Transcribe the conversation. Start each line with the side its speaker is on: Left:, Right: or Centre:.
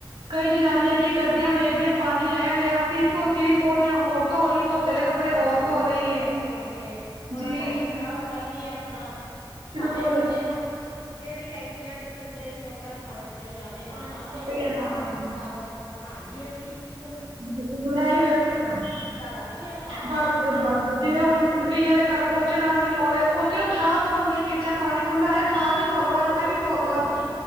Right: ਕਈ ਜਨਾਨੀਆਂ ਕੀ ਕਰਦੀਆਂ ਵੇਖਦੀਆ ਪਾਣੀ
Left: ਹਾਂਜੀ।
Right: ਆਇਆ ਲਿਆ ਸੀ <unintelligible> ਹੋਰ ਧੋ ਲਈ ਧੋਤੇ ਦੇ ਕੱਪੜੇ
Left: ਹੋਰ ਧੋ ਲੀਏ
Right: ਲਈਏ
Left: ਹੋਰ ਧੋ ਲੀਏ ਥੋੜਾ
Right: ਜੀ
Left: ਟਾਈਮ ਖਰਾਬ ਕਰ ਲਈਏ ਆਪਣਾ
Right: ਬਿਲਕੁਲ।
Left: ਭਾਵੇਂ ਦੂਜੇ ਦਾ ਦੂਜੇ ਦੀ ਟੈਂਕੀਆ ਤੇ ਦੂਸਰੇ ਦੀ ਮੋਟਰਾਂ 'ਚ ਭਾਵੇ ਪਾਣੀ ਆਵੇ ਨਾ
Right: ਪਾਣੀ
Left: ਆਵੇ
Right: ਪਾਣੀ ਨਾ
Left: ਆਪਣਾ
Right: ਆਵੇ
Left: <unintelligible> ਬਣਾ ਲੀਯੇ ਅਸੀ।
Right: <unintelligible>
Left: ਉੱਲੂ ਸਿੱਧਾ ਕਰ ਲਈਏ ਆਪਾਂ
Right: ਬਸ ਬਸ ਜਿਵੇਂ ਹੁਣ
Left: ਹਾਂਜੀ
Right: ਕਈਆਂ ਦੇ ਘਰ ਪੋਚੇ ਲਾਣ ਦੀ ਲੋੜ ਏ। ਪੋਚੇ ਉਹ ਥਾਂ ਧੋਣ ਦੀਆਂ ਚੇਚਾ ਪਾਣੀ ਖੁਲ੍ਹਾ ਹੋਏ ਥਾਂ ਵੀ ਧੋ ਲੋ ਅੱਜ
Left: ਥਾਂ
Right: ਇਹ
Left: ਵੀ ਧੋ
Right: ਲੋ
Left: ਲਓ
Right: ਅੱਜ
Left: ਜੀ